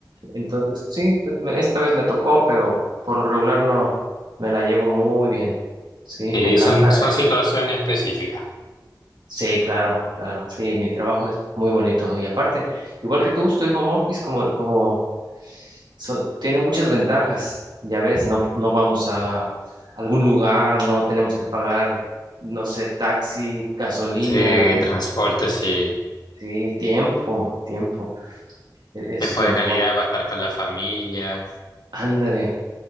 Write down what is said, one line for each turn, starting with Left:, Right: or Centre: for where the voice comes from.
Right: Entonces, sí, pues me- esta vez me tocó, pero por lo regular no, me la llevo muy bien. Sí,
Left: Sí,
Right: me encanta.
Left: son, son
Right: eh,
Left: situaciones específicas.
Right: Sí, claro, claro. Sí, mi trabajo es muy bonito. Y aparte, igual que tú, estoy home office como, como so- tiene muchas ventajas. Ya ves, no, no vamos a algún lugar, no tenemos que pagar, no sé, taxi, gasolina,
Left: Sí, transporte, sí.
Right: sí, tiempo, tiempo. e- Es
Left: Tiempo
Right: lo
Left: de
Right: mejor.
Left: calidad para estar con la familia.
Right: Ándale,